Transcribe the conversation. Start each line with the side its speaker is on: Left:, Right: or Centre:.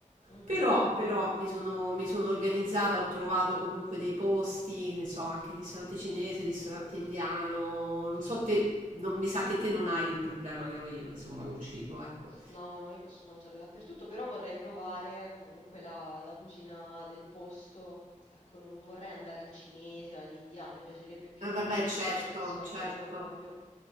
Left: mhm.
Right: Però, però mi sono, mi sono organizzata, ho trovato comunque dei posti, che ne so, anche il ristorante cinese, il ristorante indiano, non so te, non- mi sa che te non hai il problema che ho io, insomma, col cibo, ecco.
Left: No, no, io posso mangiare dappertutto, però vorrei provare comunque la, la cucina del posto. Ecco, non vorrei andare al cinese o all'indiano, mi piacerebbe più
Right: Eh,
Left: un
Right: Vabbè,
Left: ristorante
Right: certo,
Left: spagnolo
Right: certo.
Left: proprio.